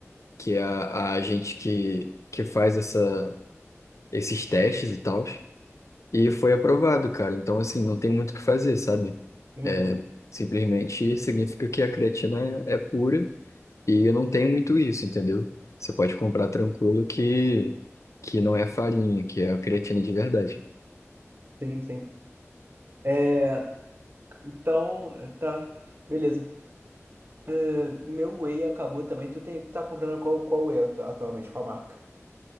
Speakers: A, on the left; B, on the right.
A: que é a, a gente que, que faz essa, esses testes e tal. E foi aprovado, cara. Então, assim, não tem muito o que fazer, sabe?
B: uhum,
A: É, simplesmente significa que a creatina é pura e eu não tenho muito isso, entendeu? Você pode comprar tranquilo que, que não é farinha, que é a creatina de verdade.
B: sim, sim. É, então, tá, beleza. Ah, meu Whey acabou também. Tu, tem, tu tá comprando qual, qual Whey atu- atualmente? Qual marca?